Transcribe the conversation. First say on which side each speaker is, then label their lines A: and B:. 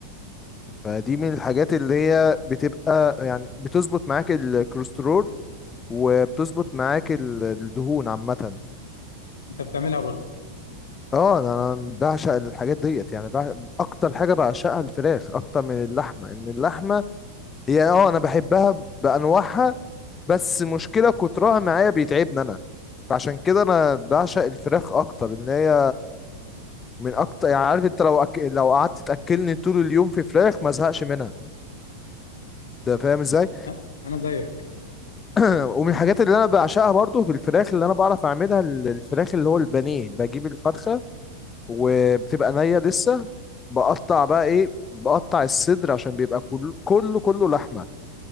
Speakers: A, on the left; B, on the left.
A: فدي من الحاجات اللي هي بتبقى يعني بتظبط معاك الكوليسترول وبتظبط معاك ال- الدهون عامة
B: انت بتعملها برضو
A: اه انا أنا بعشق الحاجات ديت يعني بع... اكتر حاجه بعشقها الفراخ اكتر من اللحمه ان اللحمه هي اه انا بحبها بانواعها بس مشكله كترها معايا بيتعبني انا فعشان كده انا بعشق
B: مم.
A: الفراخ اكتر ان هي من اكتر يعني عارف انت لو أك... لو قعدت تاكلني طول اليوم في فراخ ما ازهقش منها انت فاهم ازاي
B: أه، انا زيك
A: <clears throat> ومن الحاجات اللي انا بعشقها برضو في الفراخ اللي انا بعرف اعملها ال- الفراخ اللي هو البانيه بجيب الفرخه وبتبقى نية لسه بقطع بقى ايه بقطع الصدر عشان بيبقى كله كله كله لحمة